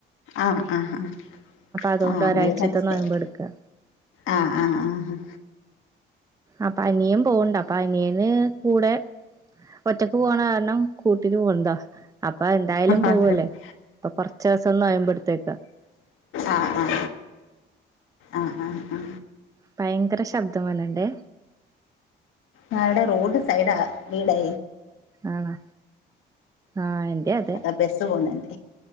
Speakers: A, on the left; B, on the right.
A: ആഹ ആഹ് ആഹ
B: അതുകൊണ്ട്
A: ആഹ
B: ഒരാഴ്ചത്തെ
A: അന്നേരം മനസ്സിലായി
B: നോയമ്പ് എടുക്കുക
A: ആ ആ ആഹ്
B: അപ്പൊ അനിയമ്പോണുണ്ട് അപ്പ അനിയന് കൂടെ ഒറ്റക്ക് പോകണ കാരണം കൂട്ടിന് പോകണതാ അപ്പൊ എന്തായാലും
A: ആഹ്
B: പോവല്ലേ അപ്പൊ കൊറച്ച ദിവസം ഒന്ന് നോയമ്പ് എടുത്തേക്കാം
A: ആഹ ആ ആ ആ ആ
B: ഭയങ്കര ശബ്ദം വല്ലട്ടെ
A: ആ ഇവിടെ റോഡ് സൈഡാ വീടേ
B: ആണോ ആഹ് എന്റെ അതെ
A: അത ബസ്സ് പോന്നന്റ